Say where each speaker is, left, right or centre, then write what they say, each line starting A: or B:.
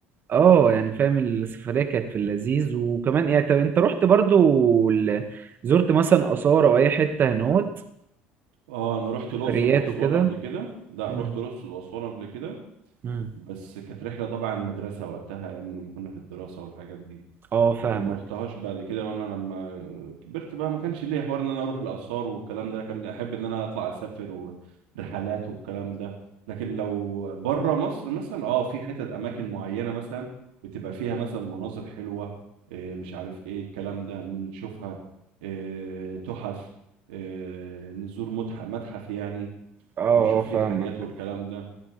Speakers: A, on the right; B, on the right.
A: اه يعني فاهم السفرية كانت في اللذيذ وكمان يعني طب انت رحت برضو ال- زرت مثلا آثار او اي حتة هنوت
B: اه انا رحت
A: سفريات
B: الاقصر واسوان
A: وكده
B: قبل كده لا
A: مم.
B: رحت الاقصر واسوان قبل كده
A: مم.
B: بس كانت رحله طبعا المدرسه وقتها ايام لما كنا في الدراسه والحاجات دي
A: اه فاهمك
B: لكن ما رحتهاش بعد كده وانا لما كبرت بقى ما كانش ليا حوار ان انا اروح الاثار والكلام ده كان احب ان انا اطلع اسافر ورحلات والكلام ده لكن لو بره مصر مثلا اه في حتت اماكن معينه مثلا بتبقى فيها مثلا مناظر حلوه إيه مش عارف ايه الكلام ده نشوفها إيه تحف إيه نزور متحف متحف يعني
A: اه
B: نشوف
A: اه فاهمك
B: فيه الحاجات والكلام ده